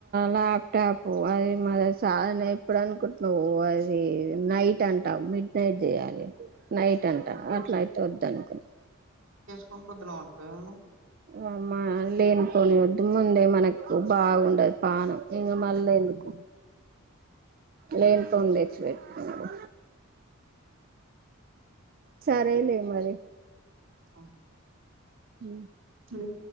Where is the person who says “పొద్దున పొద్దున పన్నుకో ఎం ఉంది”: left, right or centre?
Right